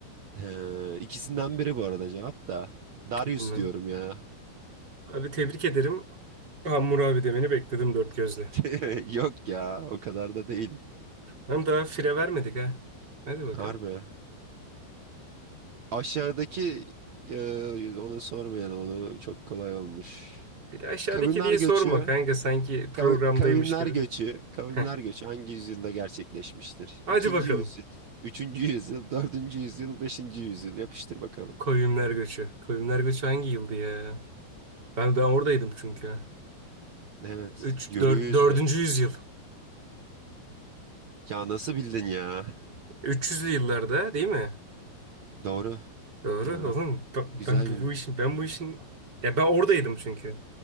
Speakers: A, on the right; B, on the right.
A: Ee, ikisinden biri bu arada cevap da. Darius
B: Bilmem.
A: diyorum ya.
B: Abi tebrik ederim. Hammurabi demeni bekledim dört gözle.
A: <laughs> Yok ya, o kadar da değil.
B: Hem daha fire vermedik ha. Hadi bakalım.
A: Harbi. Aşağıdaki e, onu sormayalım onu çok kolay olmuş.
B: Bir de aşağıdaki
A: Kavimler
B: diye
A: göçü
B: sorma kanka sanki programdaymış
A: kav- kavimler
B: gibi.
A: göçü kavimler
B: Heh.
A: göçü hangi yüzyılda gerçekleşmiştir?
B: Hadi
A: İkinci
B: bakalım.
A: yüzyıl, üçüncü yüzyıl, dördüncü yüzyıl, beşinci yüzyıl yapıştır bakalım.
B: Koyunlar Göçü. Koyunlar Göçü hangi yıldı ya? Ben ben oradaydım çünkü.
A: Evet,
B: 3
A: yörü
B: 4
A: yüzlü.
B: 4. yüzyıl.
A: Ya nasıl bildin ya?
B: 300'lü yıllarda değil mi?
A: Doğru,
B: Doğru
A: doğru.
B: oğlum. Ben,
A: Güzel
B: ben bu,
A: bildin.
B: bu işin ben bu işin ya ben oradaydım çünkü.